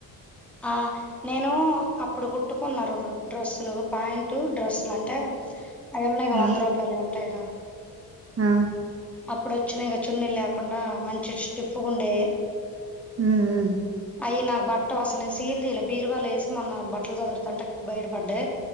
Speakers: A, in the centre; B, on the right.
A: అ నేను అప్పుడు కుట్టుకున్న రెండు డ్రెస్సులు పాయింటు డ్రస్సులు అంటే అయి ఉన్నాయి గా
B: ఆ
A: వంద రూపాయలువి ఉంటాయిగా
B: ఆ
A: అప్పుడు వచ్చినాయిగా చున్నీలు లేకుండా మంచి స్టిఫ్ గా ఉండేవి.
B: ఉమ్ ఉమ్
A: అయి నాకు పట్టవు. అసలు నేను సీల్ తీయలే. బీరువాలో వేసి మొన్న బట్టలు సదురుతుంటే బయటబడ్డాయి.